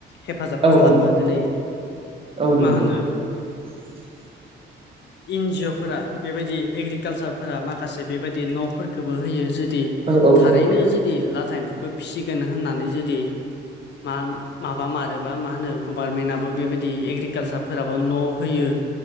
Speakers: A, on the left; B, on the right.
A: हेफाजाब
B: औ
A: खालामो
B: औ
A: दिनै
B: औ
A: मा होनो
B: <inaudible>
A: एन जिअफोरा बेबायदि एग्रिकालसारफोरा माखासे बेबायदि न'फोरखौबो होयो जुदि
B: औ औ
A: थारैनो जुदि लाथा एम्फौखौ फिसिगोन होननानै जुदि मा माबा मारोबा मा होनो गभार्मेन्टआबो बेबायदि एग्रिकालसारफोराबो न' होयो